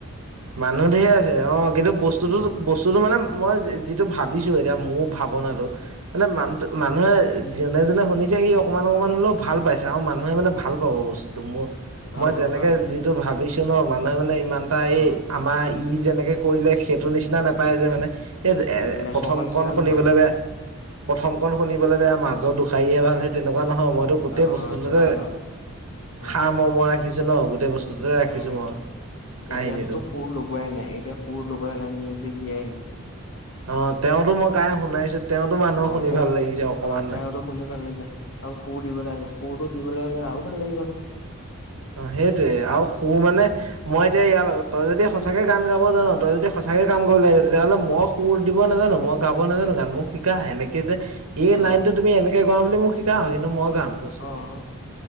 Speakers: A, on the right; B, on the left.
A: মানুহ ধেৰ আছে অ কিন্তু বস্তুতটো
B: উম
A: বস্তুতটো মানে মই যিটো ভাবিছো এতিয়া মোৰ ভাৱনাটো মানে মানহটো
B: উম
A: মানুহে যি যোনে যোনে শুনিছে সি অকমান অকমান হলেও ভাল পাইছে আৰু মা মানুহে মানে ভাল পাব বস্তুটো,
B: ভাল
A: মই
B: বাৰু
A: যেনেকে
B: ভাল বাৰু
A: যিটো ভাবিছো ন মানুহে মানে ইমানটা
B: অ
A: এই আমাৰ ই যেনেকৈ কৰিলে সেইটো নিচিনা নাপায় যে মানে এই এ
B: লেখকৰ
A: প্ৰথম
B: নিচিনা
A: কন
B: নহয়
A: শুনিবলৈ বেয়া। প্ৰথম কন শুনিবলৈ বেয়া মাজৰ দুোসাৰীহে ভাল হে তেনেকুৱা নহয় মইতো গোটেই
B: অ
A: বস্তুটোতে
B: তেনেকুৱা ন অ
A: সাৰৰ্মম ৰাখিছো ন গোটেই বস্তু যতে ৰাখিছোঁ
B: উম
A: মই কাহিনীটো
B: এতিয়াতোতো সুৰ লগোৱাই নাই এতিয়া সুৰ লগোৱাই নাই, মিউজিক দিয়াই নাই।
A: অ তেওঁতো মই গাই শুনাইছো তেওঁতো মানুহক
B: অ
A: শুনি
B: তেওঁ
A: ভাল
B: এটি,
A: লাগিছে অকমান
B: অ তেওঁতো শুনি ভাল লাগিছে আৰু সুৰ দিব লাগিব, সুৰটো দিবলৈ হ'লে আৰু ভাল লাগিব ন
A: অ সেইটোয়ে, আৰু সুৰ মানে, মই এতিয়া ইয়াৰ লগত তই যদি সঁচাকে গান গাব জান তই যদি সঁচ তেনেকে কাম কৰিব লাগিছে, তেতিয়াহ'লে মই সুৰ দিব নাজানো, মই গাব নাজানো গান, মোক শিকা সেনেকৈ যে এই
B: অ
A: লাইনটো তুমি এনেকে গোৱা বুলি মোক শিকা, কিন্তু মই গাম বস্তুটো
B: অ অ